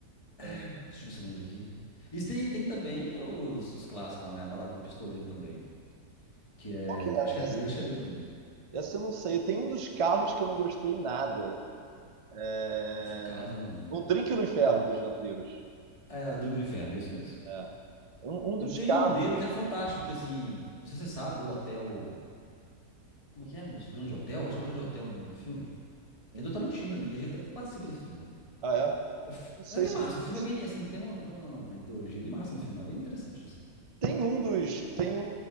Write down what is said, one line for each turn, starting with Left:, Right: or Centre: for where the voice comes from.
Right: É,
Left: deixa eu ver se eu lembro aqui. E tem, tem também os, os clássicos lá, né? A Balada do Pistoleiro também. Que é.
Right: Qual que é
Left: Acho
Right: essa?
Left: que é dele,
Right: Essa,
Left: acho que é dele também.
Right: essa eu não sei. Tem um dos carros que eu não gostei nada. É,
Left: Dos carros eu não lembro.
Right: Um Drink no Inferno dos Vampiros.
Left: É, o Drigo do Inferno, esse mesmo.
Right: É. Um, um dos
Left: E tem
Right: carros.
Left: um dele que é fantástico, que assim. Não sei se você sabe, o Hotel. Como é que é, moço? O Grande Hotel? Acho que é o Grande Hotel o nome do filme. Que
Right: Uhum.
Left: é do Tarantino também. Ele a gente até participa desse filme.
Right: Ah, é?
Left: O f-
Right: Não sei
Left: é até
Right: se
Left: massa,
Right: eu já
Left: o filme
Right: vi
Left: é bem assim, tem uma, tem uma ideologia bem massa no filme, é bem interessante, assim.
Right: Tem um dos. Tem um.